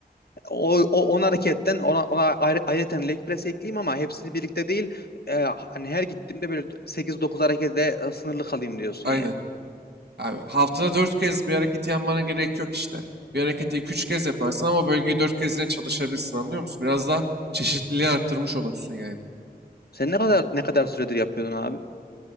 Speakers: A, on the left; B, on the right.
A: o, o on hareketten ona, ona ayrı, ayrıca leg press ekleyeyim ama hepsini birlikte değil e, hani her gittiğimde böyle sekiz dokuz harekete e, sınırlı kalayım diyorsun
B: Aynen.
A: ya.
B: Abi, haftada 4 kez bir hareketi yapmana gerek yok işte. Bir hareketi iki üç kez yaparsın ama o bölgeyi 4 kez yine çalışabilirsin anlıyor musun? Biraz daha çeşitliliği arttırmış olursun yani.
A: Sen ne kadar ne kadar süredir yapıyordun abi?